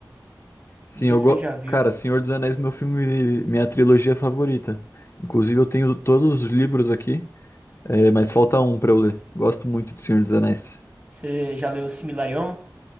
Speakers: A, on the left; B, on the right.
A: Sim,
B: Não sei
A: eu
B: se
A: go...
B: você já viu.
A: Cara, Senhor dos Anéis, meu filme, minha trilogia favorita. Inclusive, eu tenho todos os livros aqui, eh, mas falta um pra eu ler. Gosto muito de Senhor dos Anéis.
B: Você já leu Silmarillion?